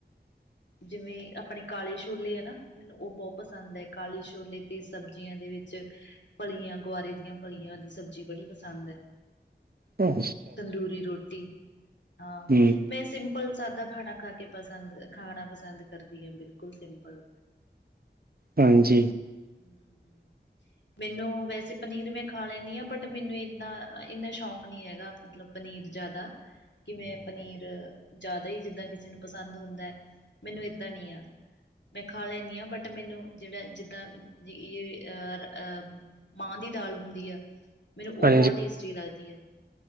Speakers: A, on the right; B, on the left.
A: <inaudible> <inaudible>
B: ਜਿਵੇਂ ਆਪਣੇ ਕਾਲੇ ਛੋਲੇ ਹੈ ਨਾ, ਮੈਨੂੰ ਉਹ ਬਹੁਤ ਪਸੰਦ ਹੈ ਕਾਲੇ ਛੋਲੇ ਤੇ ਸਬਜ਼ੀਆਂ ਦੇ ਵਿੱਚ। ਫਲੀਆਂ, ਗੁਆਰੇ ਦੀਆਂ ਫਲੀਆਂ ਦੀ ਸਬਜ਼ੀ ਬੜੀ ਪਸੰਦ ਹੈ।
A: ਹਾਂ।
B: ਤੰਦੂਰੀ ਰੋਟੀ ਹਾਂ
A: ਹਮ
B: ਮੈਂ ਸਿੰਪਲ ਸਾਦਾ ਖਾਣਾ ਖਾ ਕੇ ਪਸੰਦ ਖਾਣਾ ਪਸੰਦ ਕਰਦੀ ਹਾਂ ਬਿਲਕੁਲ ਸਿੰਪਲ
A: ਹਾਂਜੀ।
B: ਹਮ ਮੈਨੂੰ ਵੈਸੇ ਪਨੀਰ ਮੈਂ ਖਾ ਲੈਂਦੀ ਹਾਂ ਬਟ ਮੈਨੂੰ ਇੰਨਾ ਇੰਨਾ ਸ਼ੌਕ ਨਹੀ ਹੈਗਾ ਮਤਲਬ ਪਨੀਰ ਜ਼ਿਆਦਾ ਕਿਵੇਂ ਪਨੀਰ ਜ਼ਿਆਦਾ ਹੀ ਜਿੱਦਾਂ ਕਿਸੇ ਨੂੰ ਪਸੰਦ ਹੁੰਦਾ ਹੈ ਮੈਨੂੰ ਏਦਾਂ ਨੀ ਆ ਮੈਂ ਖਾ ਲੈਂਦੀ ਹਾਂ ਬਟ ਮੈਨੂੰ ਜਿਹੜਾ ਜਿੱਦਾਂ ਅਹ -ਅਹ ਮਾਂ ਦੀ ਦਾਲ ਹੁੰਦੀ ਆ ਮੈਨੂੰ ਉਹ
A: ਹਾਂਜੀ
B: ਬਹੁਤ ਟੇਸਟੀ ਲੱਗਦੀ ਹੈ